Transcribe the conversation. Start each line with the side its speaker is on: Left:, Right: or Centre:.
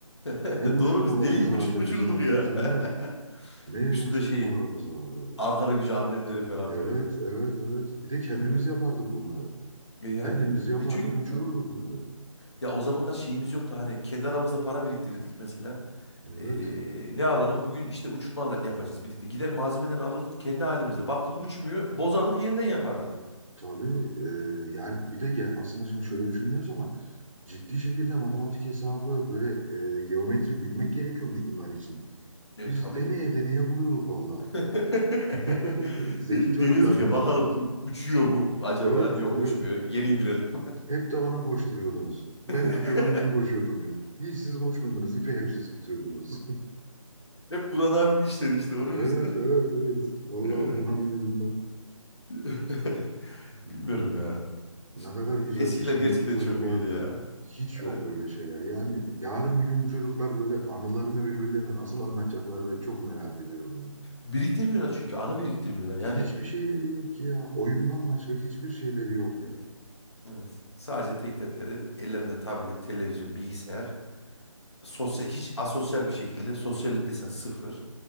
Left: <laughs>
Right: Ne uçurtmalarımız
Left: Doğru biz deli gibi uçutmuşurduk
Right: vardı bizim hatırlıyorsun
Left: ya.
Right: değil mi?
Left: <laughs>
Right: Ne
Left: Üstünde
Right: uçurtmalarımız
Left: şey
Right: vardı ya.
Left: Ankara Gücü amblemleri falan
Right: Evet,
Left: filan.
Right: evet, evet. Bir de kendimiz
Left: Aynen.
Right: yapardık bunları.
Left: E yani
Right: Kendimiz yapardık,
Left: e çünkü
Right: uçururduk
Left: o-
Right: bunları.
Left: ya o zamanlar şeyimiz yoktu hani kendi aramızda para biriktirdik mesela.
Right: Evet.
Left: E, ne alalım? Bugün işte uçurtma yapacağız birlikte. Gider malzemeden alırdık kendi halimizde. Baktık uçmuyor, bozardık yeniden yapardık.
Right: Tabii e, yani bir de ge- aslında şimdi şöyle düşünüyoruz ama ciddi şekilde matematik hesabı böyle e, geometri bilmek gerekiyormuş bunlar için.
Left: E
Right: Biz
Left: tabii.
Right: deneye deneye buluyorduk vallahi.
Left: <laughs>
Right: <laughs> Zeki
Left: De-
Right: çocuklarmışız
Left: deniyorduk ya bakalım
Right: ya.
Left: u- uçuyor mu acaba?
Right: Evet,
Left: Yok
Right: evet.
Left: uçmuyor. Geri indirelim.
Right: Hep de bana koşturuyordunuz. Ben
Left: <laughs>
Right: tutuyordum, ben koşuyordum hep. Hiç siz koşmuyordunuz, ipi hep siz tutuyordunuz. <laughs>
Left: Hep Buran abinin işleri işte onun
Right: Evet,
Left: yüzünden.
Right: evet, evet. Vallahi
Left: Yani
Right: Burhan'ın yüzünden.
Left: <laughs>
Right: Hmm.
Left: bilmiyorum ya.
Right: Ne
Left: İşte,
Right: kadar güzeldi.
Left: Eskiler
Right: Şimdiki
Left: gerçekten
Right: çocuklarda
Left: çok iyiydi ya.
Right: hiç yok
Left: Aynen.
Right: böyle şeyler. Yani yarın bir gün bu çocuklar böyle anılarını birbirlerine nasıl anlatacaklar ben çok merak ediyorum ya.
Left: Biriktirmiyorlar çünkü anı biriktirmiyorlar.
Right: Hiçbir
Left: Yani
Right: şeyleri
Left: e,
Right: yok ki ya. Oyundan başka hiçbir şeyleri yok ya.
Left: evet, sadece tek dertleri ellerinde tablet, televizyon, bilgisayar. Sosyal, hiç asosyal bir şekilde sosyallik desen sıfır.